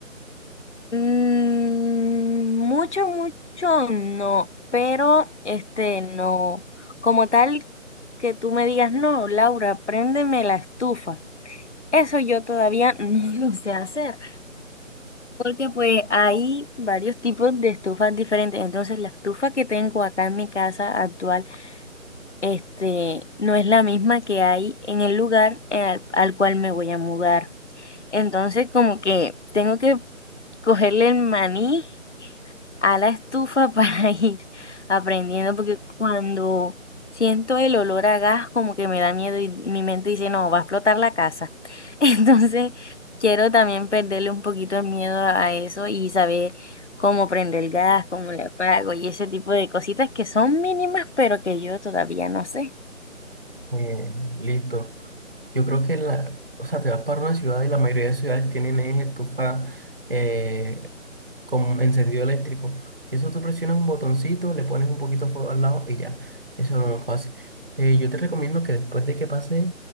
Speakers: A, on the left; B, on the right.
A: Mm, mucho, mucho no, pero este no. Como tal que tú me digas, no, Laura, préndeme la estufa. Eso yo todavía no <laughs> lo sé hacer, porque pues hay varios tipos de estufas diferentes. Entonces, la estufa que tengo acá en mi casa actual, este, no es la misma que hay en el lugar eh, al al cual me voy a mudar. Entonces, como que tengo que cogerle el maní a la estufa <laughs> para ir aprendiendo, porque cuando siento el olor a gas, como que me da miedo y mi mente dice, no, va a explotar la casa. <laughs> Entonces, quiero también perderle un poquito de miedo a eso y saber cómo prendo el gas, cómo le apago y ese tipo de cositas que son mínimas, pero que yo todavía no sé.
B: Eh, listo. Yo creo que la, o sea, te vas para una ciudad y la mayoría de ciudades tienen es estufa eh, con encendido eléctrico. Y eso tú presionas un botoncito, le pones un poquito de fuego al lado y ya. Eso es lo más fácil. Eh, yo te recomiendo que después de que pases